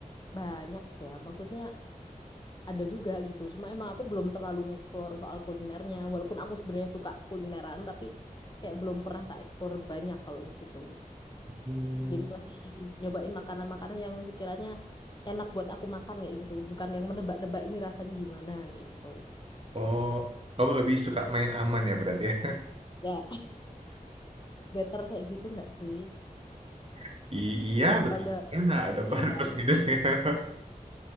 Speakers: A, on the left; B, on the right.
A: banyak ya, maksudnya ada juga gitu. Cuma emang aku belum terlalu ngeksplor soal kulinernya, walaupun aku sebenarnya suka kulineran, tapi kayak belum pernah tak eksplor banyak kalau di situ.
B: Hmm.
A: Jadi masih nyobain makanan-makanan yang sekiranya enak buat aku makan kayak gitu, bukan yang menebak-nebak ini rasanya gimana kayak gitu.
B: Oh, kamu lebih suka main aman ya berarti ya.
A: Ya, <laughs> better kayak gitu nggak sih?
B: <laughs> I- iya
A: daripada
B: betul. Ya, nggak ada <laughs> pa-
A: Iya
B: ada
A: kan?
B: plus minusnya. <laughs>